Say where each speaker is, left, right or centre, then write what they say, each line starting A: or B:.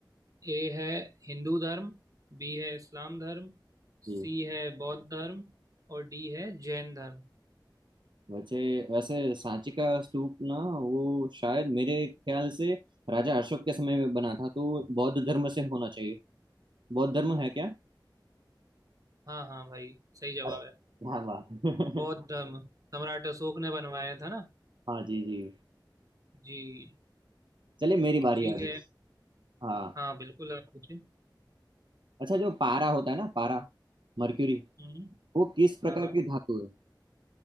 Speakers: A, on the right; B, on the right.
A: ए है हिंदू धर्म बी है इस्लाम धर्म
B: जी
A: सी है बौद्ध धर्म और डी है जैन धर्म
B: वैसे वैसे सांची का स्तूप ना वो शायद मेरे ख्याल से राजा अशोक के समय में बना था तो बौद्ध धर्म से होना चाहिए बौद्ध धर्म है क्या
A: हाँ हाँ भाई सही जवाब
B: अरे,
A: है
B: क्या बात
A: बौद्ध
B: <laughs>
A: धर्म सम्राट अशोक ने बनवाया था ना
B: हाँ जी जी
A: जी
B: चलिए मेरी बारी
A: ठीक
B: आ गई
A: है
B: हाँ
A: हाँ बिल्कुल आप पूछिए
B: अच्छा जो पारा होता है ना पारा मर्क्यूरी
A: हम्म
B: वो किस प्रकार
A: हाँ
B: की धातु है